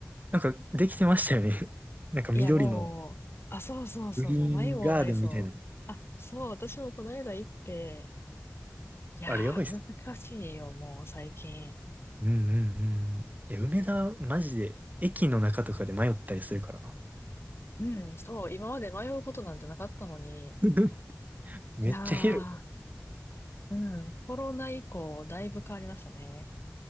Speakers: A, on the right (about 30°); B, on the left (about 45°).
A: なんかできてましたよね。
B: もう
A: <laughs> なんか緑の
B: いや、もう、あ、そうそうそう、
A: グリーンガーデンみたいな。
B: もう迷子になりそう。あ、そう、私もこの間行って、いやー、
A: あれやばいっすね。
B: 難しいよ、もう最近。
A: うんうんうん。いや、梅田、マジで、駅の中とかで迷ったりするからな。
B: うん、そう、今まで迷うことなんてなかったのに、
A: <laughs> めっちゃ広い。
B: いやー、うん、コロナ以降、だいぶ変わりましたね。